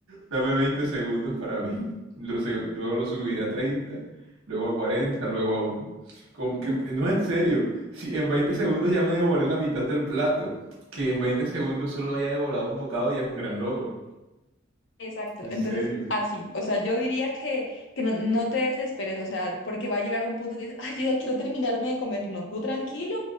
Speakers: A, on the right; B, on the left.
A: Dame 20 segundos para mí. Lo se- luego lo subiré a treinta luego a cuarenta luego a uno Com- que- que- no, en serio. Si en 20 segundos ya me devoré la mitad del plato, que en 20 segundos solo haya devorado un bocado ya es un gran logro.
B: Exacto,
A: En
B: entonces
A: serio.
B: así, o sea, yo diría que, que no, no te desesperes, o sea, porque va a llegar a un punto que dices, ay, yo ya quiero terminarme de comer, no, tú tranquilo,